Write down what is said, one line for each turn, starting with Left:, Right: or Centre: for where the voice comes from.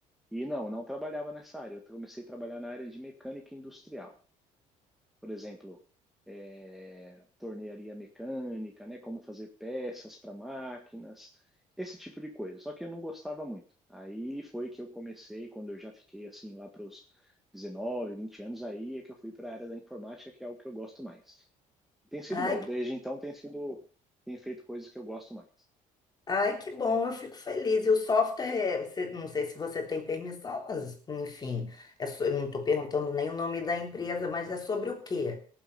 Centre: e não, não trabalhava nessa área. Eu comecei a trabalhar na área de mecânica industrial. por exemplo, é, tornearia mecânica, né? Como fazer peças para máquinas, esse tipo de coisa. Só que eu não gostava muito. Aí foi que eu comecei, quando eu já fiquei assim lá para os 19, 20 anos, aí é que eu fui para a área da informática, que é o que eu gosto mais. Tem sido
Left: Ai,
Centre: bom, desde então tem sido, tem feito coisas que eu gosto mais.
Left: Ai, que bom, eu fico feliz. E o software, é- você- não sei se você tem permissão, mas enfim, é so- eu não estou perguntando nem o nome da empresa, mas é sobre o quê?